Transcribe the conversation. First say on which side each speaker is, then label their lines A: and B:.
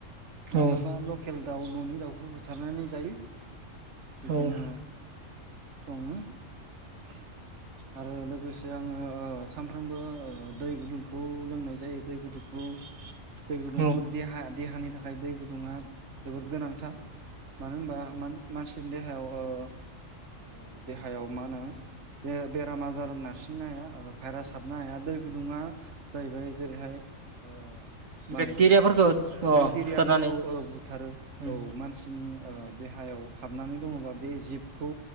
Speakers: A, on the right; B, on the right.
A: माब्लाबा
B: औ
A: लकेल दाउ ननि दाउखौ बुथारनानै जायो बिदिनो
B: औ
A: सङो
B: <inaudible>
A: आरो लोगोसे आङो सामफ्रोमबो दै गुदुंखौ लोंनाय जायो दै गुदुंखौ
B: <inaudible>
A: दै गुदुंखौ
B: औ
A: देहा देहानि थाखाय दै गुदुङा जोबोद गोनांथार मानो होनबा मान मानसिनि देहायाव ओ देहायाव ओ देहायाव मा होनो बे बेराम आजार नारसिननो हाया भाइरास हाबनो हाया दै गुदुङा जायैबाय जेरैहाय ओ मा
B: बेक्टेरियाफोरखौ
A: होनो
B: अ
A: बेक्टेरियाफोरखौ
B: फुथारनानै
A: बुथारो
B: उम
A: औ मानसिनि देहायाव हाबनानै दङबा बे जिबखौ